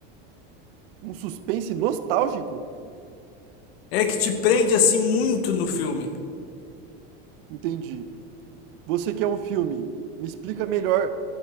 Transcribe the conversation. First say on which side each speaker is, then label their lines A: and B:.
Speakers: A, on the right; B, on the left.
A: Um suspense nostálgico?
B: É que te prende, assim, muito no filme.
A: Entendi. Você quer um filme? Me explica melhor